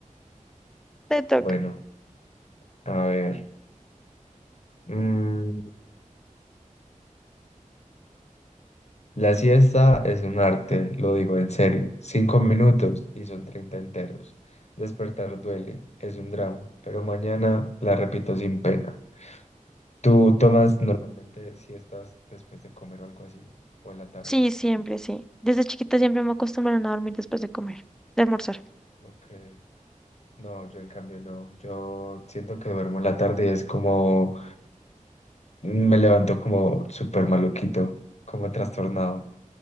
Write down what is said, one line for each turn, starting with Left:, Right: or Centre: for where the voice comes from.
Centre: te toca.
Left: Bueno, a ver. mm, la siesta es un arte, lo digo en serio. Cinco minutos y son treinta enteros. Despertar duele, es un drama, pero mañana la repito sin pena. ¿Tú tomas normalmente siestas después de comer o algo así? ¿O en la tarde?
Centre: Sí, siempre, sí. Desde chiquita siempre me acostumbraron a dormir después de comer, de almorzar.
Left: Ok. No, yo en cambio no. Yo siento que duermo en la tarde y es como me levanto como súper maluquito, como trastornado.